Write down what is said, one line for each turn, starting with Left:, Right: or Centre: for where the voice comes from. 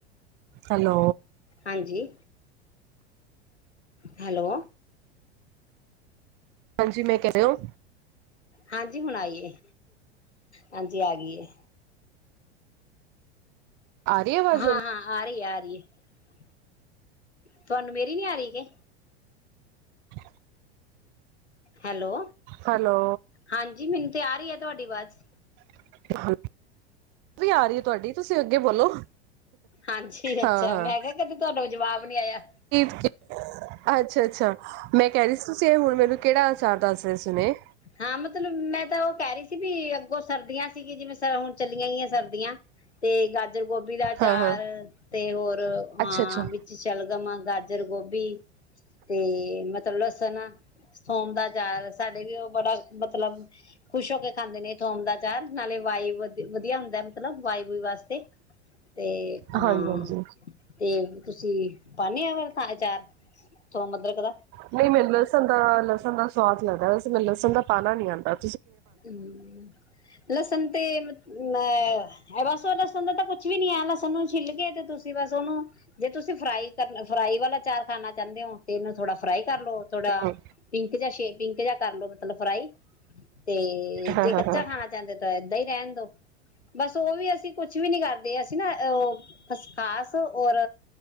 Right: ਹੈਲੋ
Left: ਹਾਂਜੀ ਹੈਲੋ
Right: ਹਾਂਜੀ ਮੈਂ ਕਹਿ ਰ ਰਿ ਹੋ
Left: ਹਾਂਜੀ ਹੁਣ ਆਈਏ ਹਾਂਜੀ ਆ ਗਈਏ
Right: ਆ ਰਹੀ ਆਵਾਜ਼
Left: ਹਾਂ-ਹਾਂ
Right: ਹੁਣ
Left: ਆ ਰਹੀ ਆ ਰਹੀ ਹੈ। ਤੁਹਾਨੂੰ ਮੇਰੀ ਨੀ ਆ ਰਹੀ ਕਿ,
Right: ਹ
Left: ਹੈਲੋ,
Right: ਹੈਲੋ
Left: ਹਾਂਜੀ ਮੈਨੂੰ ਤੇ ਆ ਰਹੀ ਐ। ਤੁਹਾਡੀ ਅਵਾਜ,
Right: ਹਾਂ <unintelligible> ਉਹ ਵੀ ਆ ਰਹੀ ਹੈ ਤੁਹਾਡੀ ਤੁਸੀਂ ਅੱਗੇ ਬੋਲੋ,
Left: ਹਾਂਜੀ ਅੱਛਾ
Right: ਹਾਂ ਹਾਂ
Left: ਮੈਂ ਕਿਹਾ ਕਦੇ ਤੁਹਾਡਾ ਜਵਾਬ ਨੀ ਆਇਆ,
Right: ਠੀਕ ਹੈ। ਅੱਛਾ ਅੱਛਾ ਮੈਂ ਕਹਿ ਰਹੀ ਸੀ ਤੁਸੀਂ ਹੁਣ ਮੈਨੂੰ ਕਿਹੜਾ ਅਚਾਰ ਦੱਸ ਰਹੇ ਸੀ ਸੁਣੇ,
Left: ਹਾਂ ਮਤਲਬ ਮੈਂ ਤਾਂ ਉਹ ਕਹਿ ਰਹੀ ਸੀ ਵੀ, ਬਹੁਤ ਸਰਦੀਆਂ ਸੀਗੀ ਜਿਵੇਂ ਸ ਹੁਣ-' ਚੱਲੀਆਂ ਗਈਆਂ ਸਰਦੀਆਂ ਤੇ ਗਾ ਗਾਜਰ ਗੋਭੀ ਦਾ
Right: ਹਾਂ
Left: ਚਾਰ
Right: ਹਾਂ
Left: ਤੇ ਹੋਰ ਹਾਂ
Right: ਅੱਛਾ ਅੱਛਾ
Left: ਵਿੱਚ ਚਲ, <unintelligible> ਗਾਜਰ ਗੋਭੀ ਤੇ ਮਤਲਬ ਲਸਣ, ਸੋਮ ਦਾ ਚਾਰ ਸਾਡੇ ਵੀ ਉਹ ਬੜਾ ਮਤਲਬ ਖੁਸ਼ ਹੋ ਕੇ ਖਾਂਦੇ ਨੇ ਥੋਮ ਦਾ ਚਾਰ ਨਾਲੇ ਵਾਈ ਵਧ ਵਧੀਆ ਹੁੰਦਾ ਮਤਲਬ ਵਾਈ ਵੁਈ ਵਾਸਤੇ, ਤੇ ਹੂੰ
Right: ਹਾਂਜੀ ਹਾਂਜੀ
Left: ਤੇ ਤੁਸੀਂ, ਪਨੀ ਐ ਅਚਾਰ ਸੋਮ ਅਦਰਕ ਦਾ,
Right: ਨਹੀਂ ਮੈਨੂੰ ਲਸਣ ਦਾ ਲਸਣ ਦਾ ਸਵਾਦ ਲੱਗਦਾ ਵੈਸੇ ਮਨ ਲਸਣ ਦਾ ਪਾਣਾ ਨੀ ਆਦਾ।
Left: ਹੂੰ ਲਸਨ, ਤੇ ਅਹ ਇਹ ਬਸ ਉਹ ਲਸਣ ਦਾ ਤਾਂ ਕੁਛ ਵੀ ਨੀ ਹੈ, ਲਸਣ ਨੂੰ ਛਿੱਲ ਕੇ ਤੇ ਤੁਸੀਂ ਬਸ ਉਹਨੂੰ ਜੇ ਤੁਸੀਂ ਫਰਾਈ ਕਰ ਫਰਾਈ ਵਾਲਾ ਚਾਰ ਖਾਣਾ ਚਾਹੁੰਦੇ ਹੋ ਤੇ ਇਹਨੂੰ ਥੋੜਾ ਫਰਾਈ ਕਰ ਲੋ ਥੋੜਾ
Right: ਹਾਂ
Left: ਪਿੰਕ ਜਾ ਪਿੰਕ ਜਾ ਕਰਲੋ ਮਤਲਬ ਫਰਾਈ। ਤੇ
Right: ਹਾਂ
Left: ਜੇ
Right: ਹਾਂ
Left: ਕੱਚਾ
Right: ਹਾਂ।
Left: ਖਾਣਾ ਚਾਹੁੰਦੇ ਤਾਂ, ਐਦਾ ਹੀ ਰਹਿਣ ਦੋ ਬਸ ਉਹ ਵੀ ਅਸੀਂ ਕੁਛ ਵੀ ਨੀ ਕਰਦੇ, ਅਸੀਂ ਨਾ ਉਹ ਉਹ ਖਸਕਾਸ ਔਰ